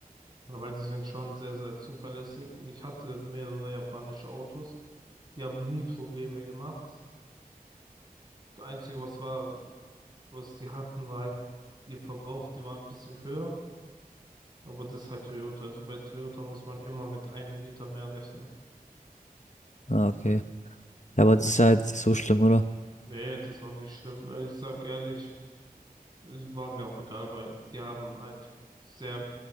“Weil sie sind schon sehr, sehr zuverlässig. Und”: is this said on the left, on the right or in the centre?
Right